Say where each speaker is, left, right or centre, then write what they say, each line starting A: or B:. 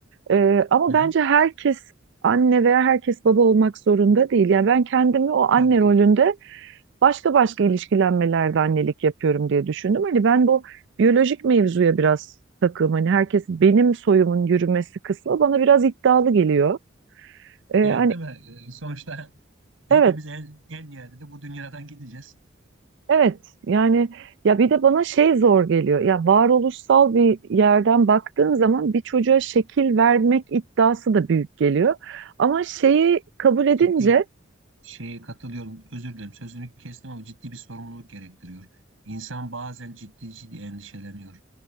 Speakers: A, on the right; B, on the right.
A: Ee, ama
B: Hı hı,
A: bence herkes anne veya herkes baba olmak zorunda değil. Yani ben kendimi o anne
B: tabii ki.
A: rolünde başka başka ilişkilenmelerde annelik yapıyorum diye düşündüm. Hani ben bu biyolojik mevzuya biraz takığım. Hani herkes benim soyumun yürümesi kısmı bana biraz iddialı geliyor. Ee,
B: Yani
A: hani
B: değil mi? Ee, Sonuçta hepimiz
A: evet,
B: en, en nihayetinde de bu dünyadan gideceğiz.
A: evet. Yani ya bir de bana şey zor geliyor. Ya varoluşsal bir yerden baktığın zaman bir çocuğa şekil vermek iddiası da büyük geliyor. Ama şeyi kabul edince
B: Ciddi şeye katılıyorum. Özür dilerim. Sözünü kestim ama ciddi bir sorumluluk gerektiriyor. İnsan bazen ciddi ciddi endişeleniyor.